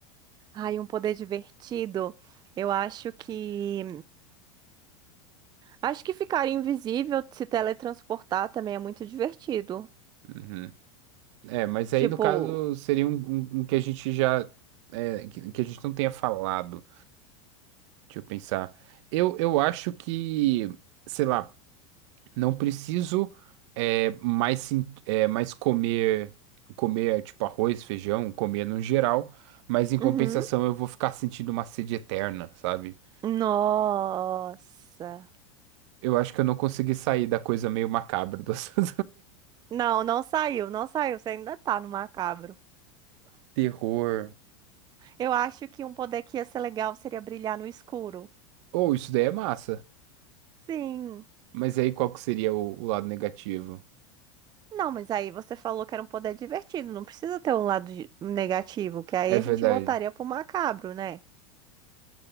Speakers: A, on the right; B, on the right.
A: Ai, um poder divertido. Eu acho que. Acho que ficar invisível, se teletransportar também é muito divertido.
B: Uhum. É, mas
A: Tipo.
B: aí no caso seria um, um- um que a gente já. é, que, que a gente não tenha falado. Deixa eu pensar. Eu, eu acho que, sei lá. Não preciso é, mais, sen- é, mais comer, comer tipo arroz, feijão, comer no geral, mas em compensação
A: Uhum.
B: eu vou ficar sentindo uma sede eterna, sabe?
A: Nossa.
B: Eu acho que eu não consegui sair da coisa meio macabra do <laughs> assunto.
A: Não, não saiu, não saiu. Você ainda tá no macabro.
B: Terror.
A: Eu acho que um poder que ia ser legal seria brilhar no escuro.
B: Ou isso daí é massa.
A: Sim.
B: Mas aí qual que seria o, o lado negativo?
A: Não, mas aí você falou que era um poder divertido, não precisa ter um lado de- negativo, que aí
B: É
A: a
B: verdade.
A: gente voltaria pro macabro, né?